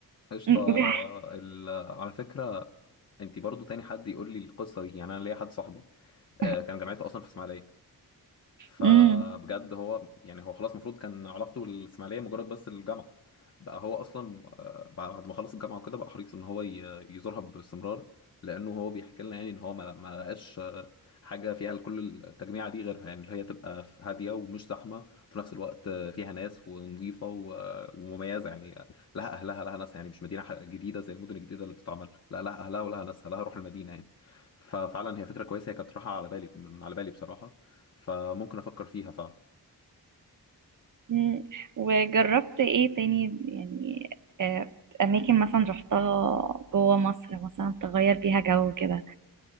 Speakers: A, on the left; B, on the right.
A: قشطة.
B: مم، وفي ح-
A: ال- على فكرة انت برضو تاني حد يقول لي القصه دي يعني انا ليا حد صاحبي آه،
B: <laughs>
A: كان جامعته اصلا في اسماعيليه فبجد
B: مم.
A: هو يعني هو خلاص المفروض كان علاقته بالاسماعيليه مجرد بس الجامعه بقى هو اصلا آه، بعد ما خلص الجامعه وكده بقى حريص ان هو ي- يزورها باستمرار لانه هو بيحكي لنا يعني ان هو ما ما لقاش آه، حاجه فيها كل التجميعه دي غيرها يعني اللي هي تبقى ف- هاديه ومش زحمه وفي نفس الوقت آه، فيها ناس ونظيفه و- ومميزه يعني لها اهلها لها ناسها يعني مش مدينه ح- جديده زي المدن الجديده اللي بتتعمل لا لها اهلها ولها ناسها لها روح المدينه يعني ففعلا هي فكره كويسه هي كانت راحه على بالي من من على بالي بصراحه فممكن افكر فيها فعلا
B: مم. وجربت ايه تاني يعني آه، اماكن مثلا رحتها جوه مصر مثلا تغير بيها جو كده